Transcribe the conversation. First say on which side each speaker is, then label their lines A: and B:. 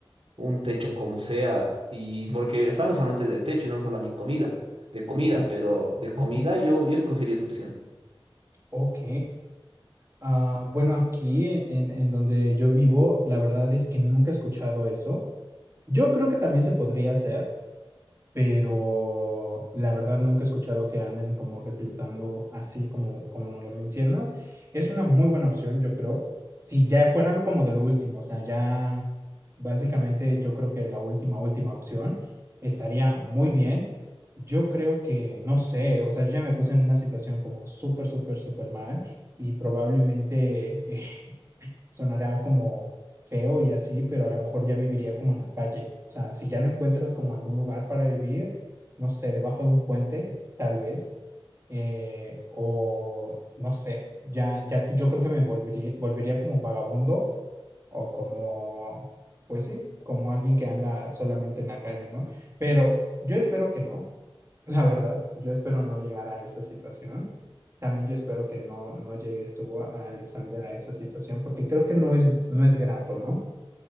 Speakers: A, on the right; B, on the right.
A: un techo como sea, y porque estamos hablando de techo, no estamos hablando ni comida, de comida,
B: Exacto.
A: pero de comida
B: Ujú.
A: yo, yo escogería esa opción.
B: Ok. Ah, bueno, aquí en, en- en donde yo vivo, la verdad es que nunca he escuchado eso. Yo creo que también se podría hacer, pero la verdad nunca he escuchado que anden como reclutando así como, como no le mencionas. Es una muy buena opción, yo creo. Si ya fuera algo como de lo último, o sea, ya básicamente yo creo que la última, última opción estaría muy bien. Yo creo que, no sé, o sea, yo ya me puse en una situación como súper, súper, súper mal y probablemente <laughs> sonará como feo y así, pero a lo mejor ya viviría como en la calle. O sea, si ya no encuentras como algún lugar para vivir, no sé, debajo de un puente, tal vez, eh, o no sé, ya, ya yo creo que me volvería, volvería como vagabundo o como, pues sí, como alguien que anda solamente en la calle, ¿no? Pero yo espero que no. La verdad, yo espero no llegar a esa situación. También yo espero que no, no llegues tú a Alexander a esa situación, porque creo que no es, no es grato, ¿no?